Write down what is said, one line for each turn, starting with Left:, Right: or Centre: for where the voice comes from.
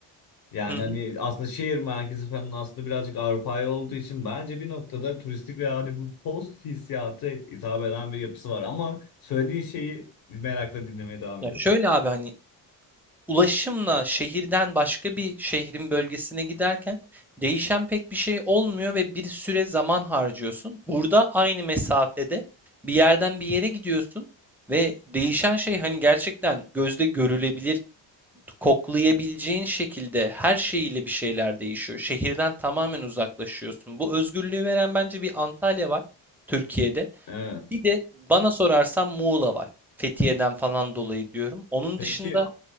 Left: Yani
Centre: Hı hı.
Left: hani aslında şehir merkezi falan aslında birazcık Avrupa'ya olduğu için bence bir noktada turistik ve hani bu post hissiyatı hitap eden bir yapısı var. Ama söylediğin şeyi merakla dinlemeye devam
Centre: Ya
Left: ediyorum.
Centre: şöyle abi hani ulaşımla şehirden başka bir şehrin bölgesine giderken değişen pek bir şey olmuyor ve bir süre zaman harcıyorsun. Burada aynı mesafede bir yerden bir yere gidiyorsun ve değişen şey hani gerçekten gözde görülebilir, koklayabileceğin şekilde her şeyiyle bir şeyler değişiyor. Şehirden tamamen uzaklaşıyorsun. Bu özgürlüğü veren bence bir Antalya var Türkiye'de.
Left: Evet.
Centre: Bir de bana sorarsan Muğla var. Fethiye'den falan dolayı diyorum. Onun
Left: Peki
Centre: dışında